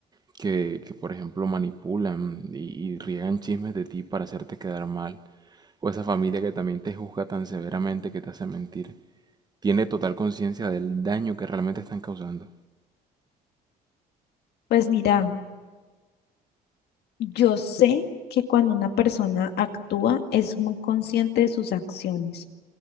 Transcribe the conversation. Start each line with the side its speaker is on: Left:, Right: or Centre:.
Right: que, que, por ejemplo, manipulan y, y riegan chismes de ti para hacerte quedar mal, o esa familia que también te juzga tan severamente que te hace mentir, tiene total conciencia del daño que realmente están causando?
Left: Pues mira, yo sé que cuando una persona actúa es muy consciente de sus acciones.